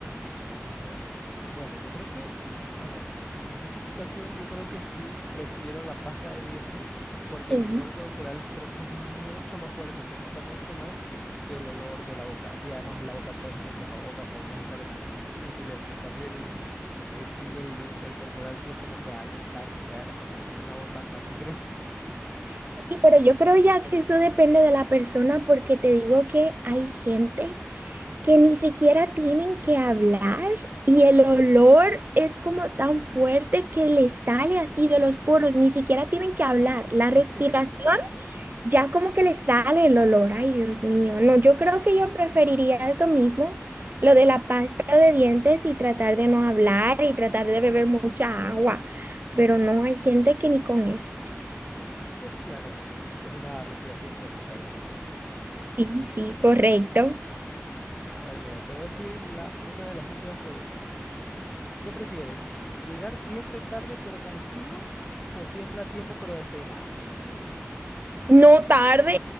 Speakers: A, on the left (about 15°); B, on the right (about 40°).
A: Oh, mira. Bueno, yo creo que, a ver, en esta situación yo creo que sí prefiero la pasta de dientes porque el
B: Mm.
A: olor corporal creo que es mucho más fuerte y se nota mucho más que el olor de la boca. Y además la boca puedes usar tapabocas o puedes estar en silencio. En cambio, el, eh, sí, el, el corporal sí es como que a distancia, ya eres como una bomba andante, creo.
B: Sí, pero yo creo ya que eso depende de la persona porque te digo que hay gente que ni siquiera tienen que hablar y el olor es como tan fuerte que les sale así de los poros, ni siquiera tienen que hablar. La respiración
A: <laughs>
B: ya como que les sale el olor. Ay, Dios mío. No, yo creo que yo preferiría eso mismo, lo de la pasta de dientes y tratar de no hablar y tratar de beber mucha agua. Pero no, hay gente que ni con eso.
A: La verdad que es una respiración tóxica, dices, ¿no?
B: Sí, sí, correcto.
A: A ver, mira, te voy a decir la, una de las últimas preguntas. ¿Qué prefieres? ¿Llegar siempre tarde pero con estilo o siempre a tiempo pero despeinada?
B: No tarde,